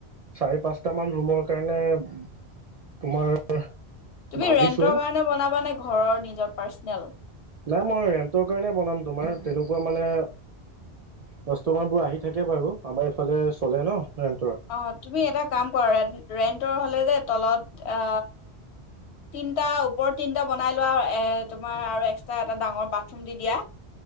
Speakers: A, on the right; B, on the left.
A: চাৰি পাঁচটা মান ৰুমৰ কাৰণে ব তোমাৰ
B: তুমি
A: ভাবিছো
B: ৰেন্টৰ কাৰণে বনাবা নে ঘৰৰ নিজৰ পাৰ্চ নোৱাৰো
A: নাই মই ৰেন্টৰ কাৰণে বনাম তোমাৰ তেনেকুৱা মানে কাষ্টমাৰবোৰ আহি থাকে বাৰু আমাৰ ইফালে চলে ন ৰেন্টৰ
B: অ তুমি এটা কাম কৰা ৰেন্টৰ হলে যে তলত অ তিনিটা ওপৰত তিনিটা বনাই লোৱা এ তোমাৰ আৰু একস্তা এটা ডাঙৰ বাথৰুম দি দিয়া